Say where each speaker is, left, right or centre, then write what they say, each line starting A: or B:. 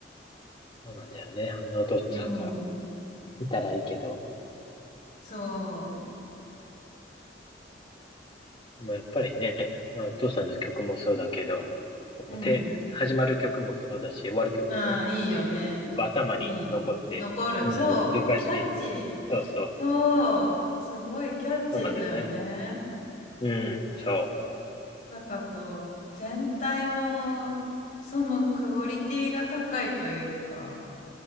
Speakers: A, on the left; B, on the left.
A: そうなんだよね。あんなお父さんが
B: うん、
A: いたらいいけど。
B: そ
A: でもやっぱりね、まあお父さんの曲もそうだけど、
B: う。うん。
A: て、始まる曲もそうだし、終わる曲も
B: ああ、いいよね。
A: 結構頭に残って、
B: いい。残る。
A: うん、
B: そう。
A: 繰り返し、
B: キャッチー。
A: そうそう、
B: そう。すごいキャッチーだよね。
A: そうなんだよね。うん、そ
B: なんかこう、全体のそのクオリティが高いというか、